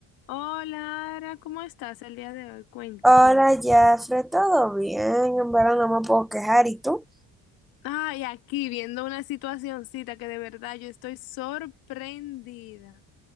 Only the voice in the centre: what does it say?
Hola, Jafre, ¿todo bien? En verdad no me puedo quejar. ¿Y tú?